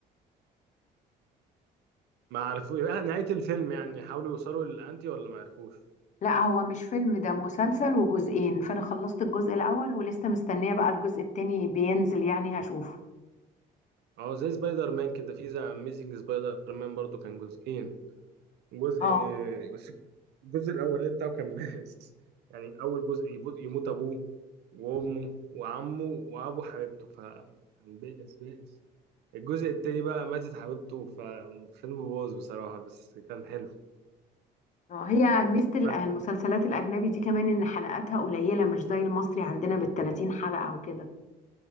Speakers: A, on the right; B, on the left.
A: ما عرفوش نهاية الفيلم يعني حاولوا يوصلوا للأنتي ولا ما عرفوش
B: لا هو مش فيلم ده مسلسل وجزئين فانا خلصت الجزء الاول ولسه مستنية بقى الجزء التاني بينزل يعني هشوفه
A: اه زي سبايدر مان كده في ذا أميزنج سبايدر مان برضو كان جزئين جزء
B: اه
A: بس الجزء الاولاني بتاعه كان بائس يعني اول جزء يموت يموت ابوه وامه وعمه وابو حبيبته فكان بائس بائس الجزء التاني بقى ماتت حبيبته فالفيلم باظ بصراحة بس كان حلو
B: آه، هي ميزة ال-
A: ف
B: المسلسلات الأجنبي دي كمان إن حلقاتها قليلة مش زي المصري عندنا بالتلاتين حلقة وكده